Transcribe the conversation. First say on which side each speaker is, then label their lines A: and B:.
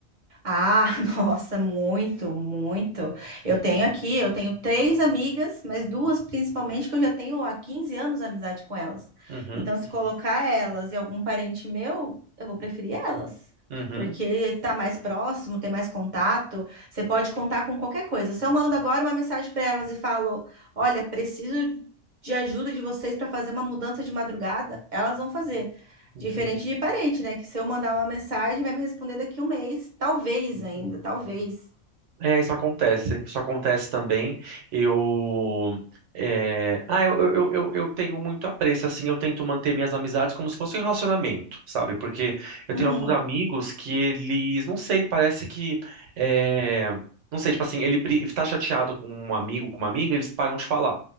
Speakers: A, on the right; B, on the right.
A: Ah, <laughs> nossa, muito, muito. Eu tenho aqui, eu tenho três amigas, mas duas principalmente que eu já tenho há 15 anos amizade com elas.
B: Uhum,
A: Então, se Uhum. colocar elas e algum parente meu, eu vou preferir elas.
B: uhum,
A: Porque tá mais próximo, tem mais contato, você pode contar com qualquer coisa. Se eu mando agora uma mensagem para elas e falo: "Olha, preciso de ajuda de vocês para fazer uma mudança de madrugada", elas vão fazer.
B: uhum,
A: Diferente de parente, né? Que se eu mandar uma mensagem, vai me responder daqui um mês. Talvez
B: uhum.
A: ainda, talvez.
B: É, isso acontece. Isso acontece também. Eu. é, Ah, eu, eu, eu, eu eu tenho muito apreço, assim, eu tento manter minhas amizades como se fosse um relacionamento, sabe? Porque eu
A: Uhum.
B: tenho alguns amigos que eles, não sei, parece que. é, Não sei, tipo assim, ele bri- tá chateado com um amigo, com uma amiga, eles param de falar.